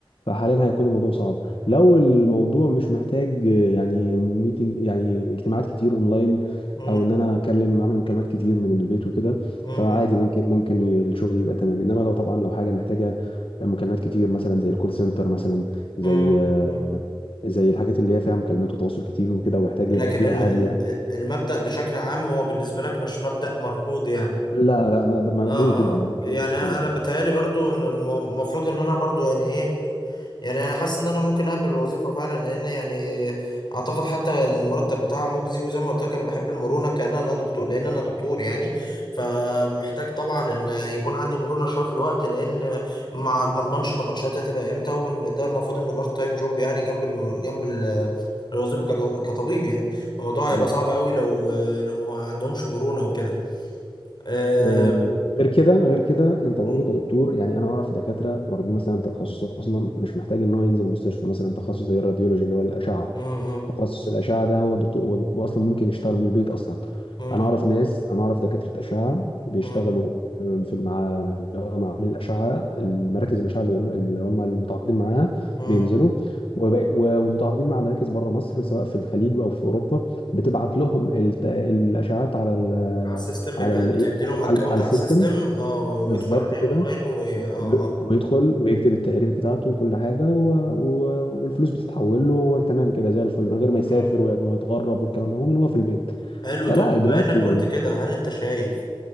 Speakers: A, on the left (about 80°); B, on the left (about 55°).
A: فحاليا هيكون الموضوع صعب لو الموضوع مش محتاج آه، يعني ميتنج يعني اجتماعات كتير اونلاين
B: مم.
A: او ان انا اكلم اعمل مكالمات كتير من البيت وكده
B: مم.
A: فعادي ممكن ممكن ي- الشغل يبقى تمام انما لو طبعا لو حاجه محتاجه مكالمات كتير مثلا زي الكول سنتر مثلا زي
B: مم.
A: آه،
B: مم.
A: زي الحاجات اللي هي فيها مكالمات وتواصل كتير وكده ويحتاج
B: لكن
A: بيئه
B: ال- ال-
A: هاديه
B: المبدأ بشكل عام هو بالنسبة لك مش مبدأ مرفوض يعني
A: لا لا ما- مقبول
B: اه
A: جدا
B: اه
A: ما فيش
B: يعني
A: أي مشكله
B: انا
A: آه.
B: بتهيالي برضو ان الم- المفروض ان انا برضو يعني ايه يعني انا حاسس ان انا ممكن اقبل الوظيفه فعلا لان يعني اعتقد حتى المرتب بتاعها مجزي وزي ما قلت لك انا بحب المرونه كأن انا دكتور لان انا دكتور يعني فمحتاج طبعا ان يكون عندي مرونه شويه في الوقت لان مع ما اضمنش نبطشاتي هتبقى امتى وان ده المفروض انه بارت تايم جوب يعني جنب الم... جنب ال... الوظيفه كد- كطبيب يعني الموضوع هيبقى
A: بالظبط
B: صعب قوي لو لو ما هو عندهمش مرونه وكده أه...
A: آه، غير كده غير كده انت برضه
B: م-
A: كدكتور يعني انا اعرف دكاتره واخدين مثلا تخصصات اصلا مش محتاج ان هو ينزل المستشفى مثلا تخصص زي الراديولوجي اللي هو الاشعه
B: م-
A: تخصص الاشعه ده هو دكتور هو دكتور اصلا ممكن يشتغل من البيت اصلا
B: م-
A: انا اعرف ناس انا اعرف دكاتره اشعه بيشتغلوا
B: م- م-
A: آه، في مع اللي هو معامل الاشعه المراكز الاشعه اللي بيعملوا اللي هم المتعاقدين معاها
B: م-
A: بينزلوا وب- و- ومتعاقدين مع مراكز بره مصر سواء في الخليج او في اوروبا بتبعت لهم الت- الاشعات على ال-
B: على السيستم بيبقى
A: على ال
B: بتدي لهم
A: على
B: اكونت
A: على
B: على
A: السيستم
B: السيستم اه ويدخل
A: بالظبط
B: عليه
A: كده
B: اونلاين و اه
A: و-
B: اه
A: ويدخل ويكتب التقرير بتاعته وكل حاجه و... و... والفلوس بتتحول له هو تمام كده زي الفل من غير ما يسافر
B: مم.
A: ويتغرب والكلام ده هو من هو في البيت
B: حلو
A: فلا
B: طب بما
A: دلوقتي
B: انك قلت كده هل انت شايف